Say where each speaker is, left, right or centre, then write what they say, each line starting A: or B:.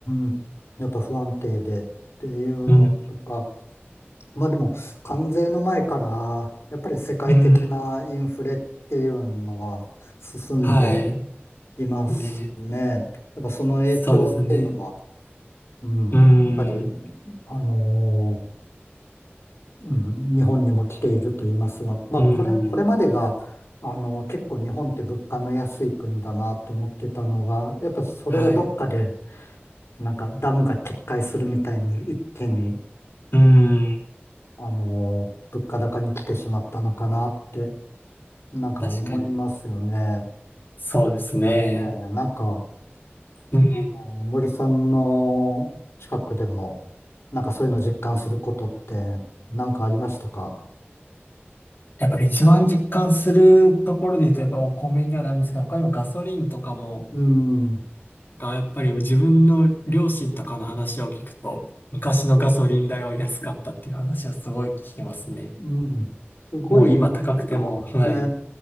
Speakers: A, on the left; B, on the left.
A: ん、やっぱ不安定でっていうのとか、
B: うん、
A: まあでも、関税の前から、やっぱり世界的なインフレっていうのは進んで
B: うん、はい。
A: いますね。
B: ね、
A: やっぱその影響っていうのも、
B: そうですね。
A: うん、
B: うん、
A: やっぱり、あのーうん、日本にも来ていると言いますが、まあこれ、
B: うん、
A: これまでが、あのー結構日本って物価の安い国だなと思ってたのが、やっぱそれがどっかで、
B: はい。
A: なんかダムが決壊するみたいに一気に、
B: うん、
A: あのー物価高に来てしまったのかなって、なんか思いますよね。
B: 確かに。そうですね。
A: ねえなんか、
B: うん、
A: あの森さんの近くでも、なんかそういうの実感することってなんかありましたか
B: やっぱり一番実感するところで言うと、やっぱりお米にはなるんですけど、他にもガソリンとかも、
A: うん、
B: がやっぱり自分の両親とかの話を聞くと、昔のガソリン代は安かったっていう話はすごい聞きますね。
A: うん、すごいか。
B: もう今高くても、はい。
A: え